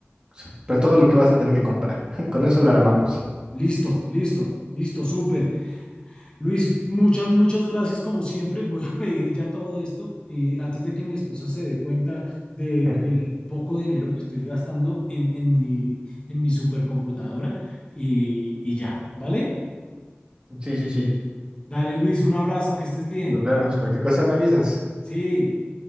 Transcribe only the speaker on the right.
o sea, pero todo lo que vas a tener que comprar. <laughs> Con eso lo armamos.
<laughs>
Sí, sí, sí.
Nos vemos.
Cualquier cosa me avisas.